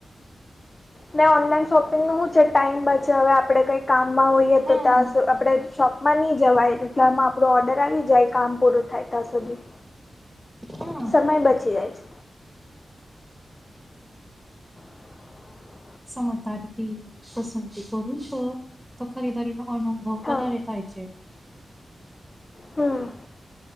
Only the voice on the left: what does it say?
નને ઓનલાઈન શોપિંગ નું શું છે ટાઈમ બ છે હવે આપણે કઈ કામમાં હોઈએ
તો ત્યાં આપણે શોપમાં નહી જવાય એટલે આમાં આપણો ઓર્ડર આવી જાય કામ પૂરું થાય ત્યાં સુધી
સમય બચી જાય છે. <inaudible>
હા
હા.